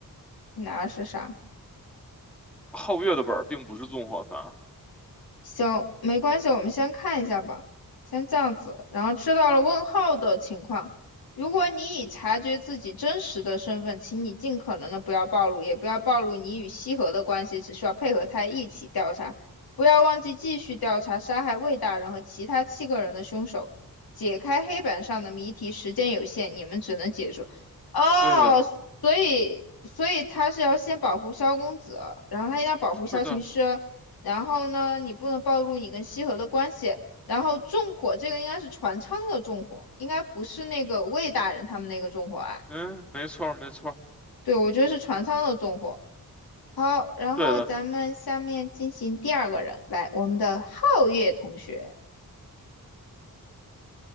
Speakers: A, on the left; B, in the centre.
A: 你拿的是啥？
B: 皓月的本儿并不是纵火犯。
A: 行，没关系，我们先看一下吧，先这样子，然后知道了问号的情况。如果你已察觉自己真实的身份，请你尽可能的不要暴露，也不要暴露你与西河的关系，只需要配合他一起调查。不要忘记继续调查杀害魏大人和其他七个人的凶手，解开黑板上的谜题。时间有限，你们只能解除。哦，
B: 对的，
A: 所以所以他是要先保护萧公子，然后他应该保护萧琴师。
B: 是的，
A: 然后呢，你不能暴露你跟西河的关系。然后纵火这个应该是船舱的纵火，应该不是那个魏大人他们那个纵火案。
B: 嗯，没错儿，没错儿，
A: 对，我觉得是船舱的纵火。好，然后咱们下面进行第二个人，
B: 对的，
A: 来，我们的皓月同学。